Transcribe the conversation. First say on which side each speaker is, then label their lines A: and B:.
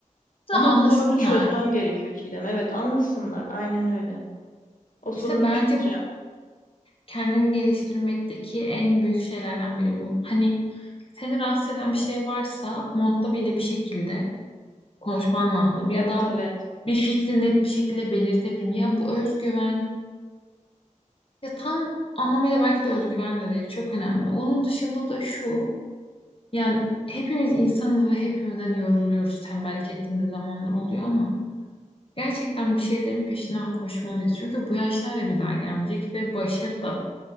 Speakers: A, on the left; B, on the left.
A: Aslında
B: Ama o
A: anlasınlar.
B: sorunu çözmem gerekiyor Çiğdem. Evet anlasınlar. Aynen öyle. O sorunu
A: İşte bence
B: çözeceğim.
A: kendini geliştirmekteki en büyük şeylerden biri bu. Hani seni rahatsız eden bir şey varsa muhatabıyla bir şekilde konuşman lazım ya
B: Evet
A: da
B: evet.
A: bir fikri net bir şekilde belirtebilme. Ya bu özgüven ya tam anlamıyla belki de özgüven de değil çok önemli. Onun dışında da şu yani hepimiz insanız ve hepimizden yoruluyoruz tembellik ettiğimiz zamanlar oluyor ama gerçekten bir şeylerin peşinden koşmalıyız. Çünkü bu yaşlar da bir daha gelmeyecek ve başarı da